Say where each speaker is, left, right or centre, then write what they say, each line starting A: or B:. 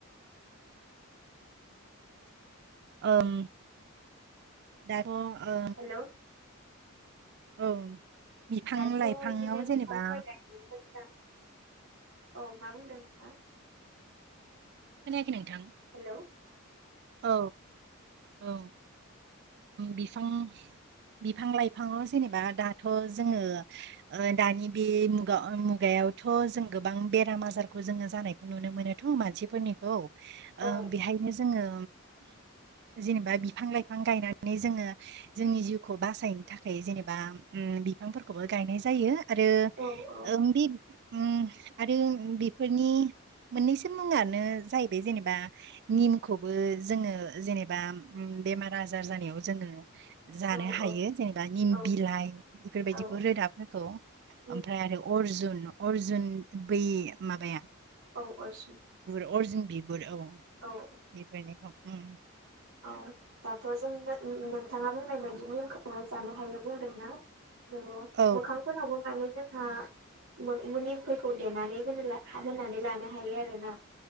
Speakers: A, on the right; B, on the right.
A: ओं दाथ'ओ अ
B: हेलौ
A: औ बिफां
B: दाथ'
A: लाइफांआव
B: बिदिनो बिफांफोर
A: जेनेबा
B: गायनानै मोजां औ मा बुंदों नोंथां?
A: खोनायाखै नोंथां
B: हेल'
A: औ औ बिफां बिफां लाइफाङाव जेनेबा दाथ' जोङो ओ दानि बे मुगा मुगायाव यावथ' जों गोबां बेराम आजारखौ जोङो जानायखौ नुनो मोनोथ' मानसिफोरनिखौ ओ
B: औ
A: बेहायनो जोङो जि बा बिफां लाइफां गायनानै जोङो जोंनि जिउखौ बासायनो थाखाय जेनेबा ओम बिफां फोरखौबो गायनाय जायो आरो
B: औ औ
A: बे ओम आरो बेफोरनि मोननैसो मुङानो जाहैबाय जेनेबा निमखौ बो जोङो जेनेबा बेमार आजार जानायाव जोङो जानो
B: औ
A: हायो। जेनेबा निम
B: औ
A: बिलाइ बेफोरबायदिखौ
B: औ
A: रोदाफोरखौ
B: उम
A: ओमफ्राय आरो अर्जुन अर्जुन बै माबाया
B: औ अरसुन
A: अरर्जुन बिबुर औ
B: औ
A: बेफोरनिखौं ओम
B: औ दाथ' जों नोंथाङा बुंनाय बायदि निमखौह जानो हायो बुंदों ना? अ
A: औ
B: मोखांफोरनावबो माबा जा हा मनिमफोरखौ देनानै होनो होनानै लानो हायो आरो ना।